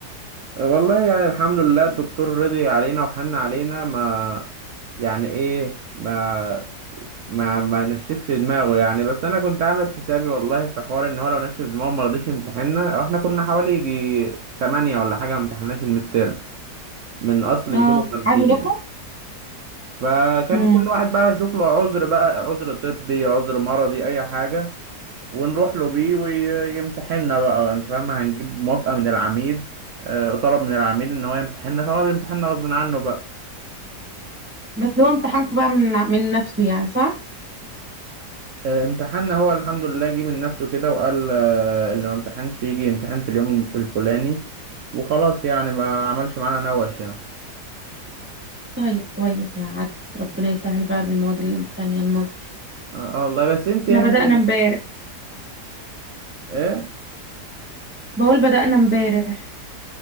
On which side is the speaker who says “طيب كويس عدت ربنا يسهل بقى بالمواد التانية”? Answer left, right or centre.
Right